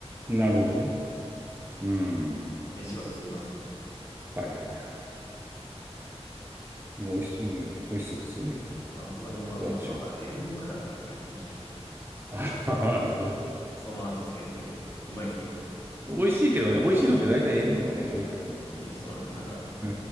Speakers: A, on the right; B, on the left.
A: なるほどね。うん。
B: 飯は進みますけど。
A: はいはいはい。もう美味しそう、ね、美味しそうですよね。
B: まあ、まあでも、あの、
A: 和中。
B: ちょっとなんか塩分過多かなみたいな気もしてきて。
A: あははなるほど。
B: その味付けって、うまいですけど。
A: 美味しいけどね、美味しいのって大体塩分がね、多いからね。
B: いや、そうなんですよ。なんか、
A: うー